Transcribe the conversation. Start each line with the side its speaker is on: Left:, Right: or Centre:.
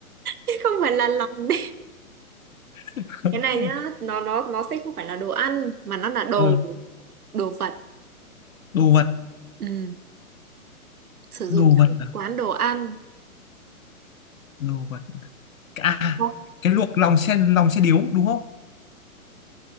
Right: <laughs> không phải là lòng đấy
Left: <laughs>
Right: cái này nhá nó nó nó sẽ không phải là đồ ăn mà nó là đồ
Left: ờ,
Right: đồ vật
Left: đồ vật
Right: ừ sử
Left: đồ
Right: dụng trong
Left: vật à?
Right: quán đồ ăn
Left: đồ vật à
Right: Ủa,
Left: cái luộc lòng xe lòng xe điếu đúng không